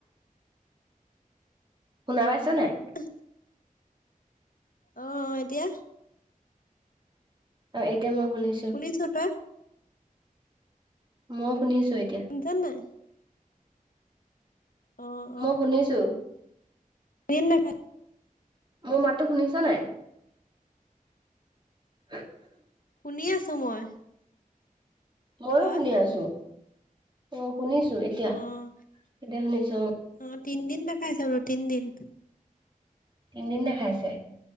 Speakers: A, on the right; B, on the left.
A: শুনা পাইছ নাই।
B: অ। অ এতিয়া।
A: অ এতিয়া মই শুনিছো।
B: শুনিছ ত‌ই।
A: মই শুনিছো এতিয়া।
B: শুনিছা নাই। অ',
A: মই শুনিছো।
B: ন না।
A: মোৰ মাতটো শুনিছা নাই। উ।
B: শুনি আছো মই।
A: মইো
B: তই
A: শুনি আছো অ শুনিছো এতিয়া
B: অ',
A: এতিয়া শুনিছো অ।
B: অ তিনিদিন দেখাই চ বোলো তিনিদিন।
A: তিনিদিন দেখাইছে